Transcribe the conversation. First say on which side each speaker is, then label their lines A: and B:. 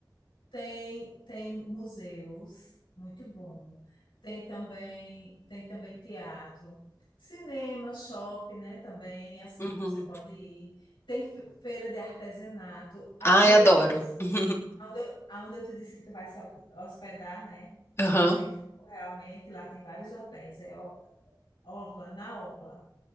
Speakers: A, on the left; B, on the left.
A: Tem, tem museus, muito bom. Tem também, tem também teatro, cinema, shopping, né, também, assim
B: Uhum.
A: que você pode ir. Tem fe- feira de artesanato, aonde
B: Ai, adoro.
A: eu te disse
B: <laughs>
A: Aonde eu, aonde eu te disse que tu vai se hop- hospedar, né? Se
B: Aham.
A: você for realmente, lá tem vários hotéis, é o- Orla, na Orla.